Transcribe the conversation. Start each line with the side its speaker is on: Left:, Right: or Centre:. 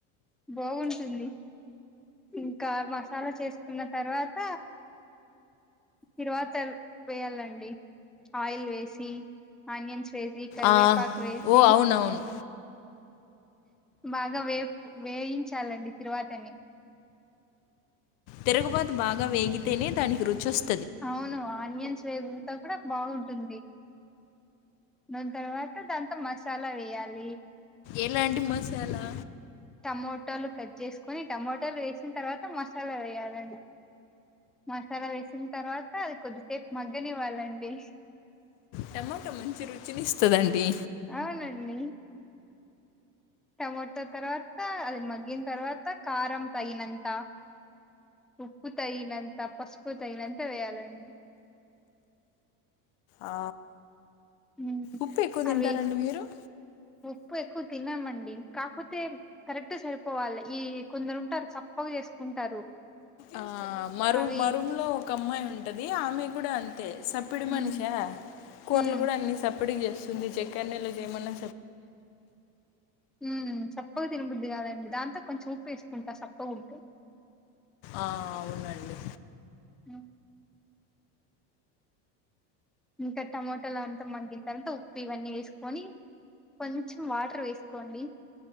Centre: బాగుంటుంది ఇంకా మసాలా చేసుకున్న తర్వాత తిరువాతల్ వేయాలండి ఆయిల్ వేసి ఆనియన్స్ వేసి కరివేపాకు
Left: ఆ!
Centre: వేసి
Left: ఓ అవునవును.
Centre: బాగా వే వేయించాలండి తిరువాతని
Left: తిరుగుబతి బాగా వేగితేనే దానికి రుచి వస్
Centre: అవును ఆనియన్స్ వేగుతో కూడా బాగుంటుంది దాని తర్వాత దాంతో మసాలా వేయాలి ఇ
Left: ఎలాంటి మసాలా
Centre: టమోటలు కట్ జేసుకుని టమోటా లు వేసిన తర్వాత మసాలా వేయాలండి మసాలా వేసిన తర్వాత అది కొద్దిసేపు మగ్గని ఇవ్వాలండి
Left: టమాటా మంచి రుచిని ఇస్తదండి
Centre: ఆ నన్నీ టమాట తర్వా అది మగ్గిన తర్వాత కారం తగినంతా ఉప్పు తగినంత పసుపు తగినంత వేయాలండి
Left: ఆ!
Centre: ఉహు
Left: ఉప్పెక్కువ తింటారండి
Centre: అవె
Left: మీరు?
Centre: ఉప్పు ఎక్కు తిన్నామండి కాపోతే కరెక్ట్ సరిపోవాలి ఈ కొందరు ఉంటారు చప్పగా చేసుకుంటారు
Left: ఆ మరు
Centre: అవి
Left: మరుంలో ఒక అమ్మాయి ఉంటది ఆమె కూడా అంతే సప్పిడి
Centre: ఉమ్
Left: మనిషా కూరలు
Centre: ఉమ్
Left: కూడా అన్ని సప్పడి చేస్ సంది చెక్కర్ నెలో జేయమన్నా
Centre: ఉమ్ పప్పు తినబుద్ది కాదండి దాంతో కొంచెం ఉప్పు వేసుకుంటా సప్పగ ఉంటే
Left: ఆ అవునండి
Centre: అ ఇంకా టమాటలు అంతా మగ్గిన తర్వాత ఉప్పు ఇవన్నీ వేసుకొని కొంచెం వాటర్ వేసుకోండి